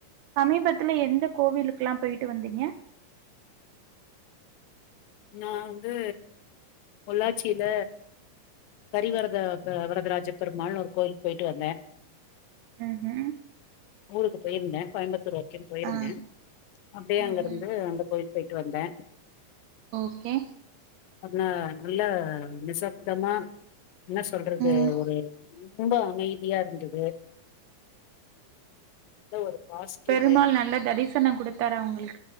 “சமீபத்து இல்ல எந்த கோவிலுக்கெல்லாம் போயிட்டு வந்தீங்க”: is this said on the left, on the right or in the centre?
Right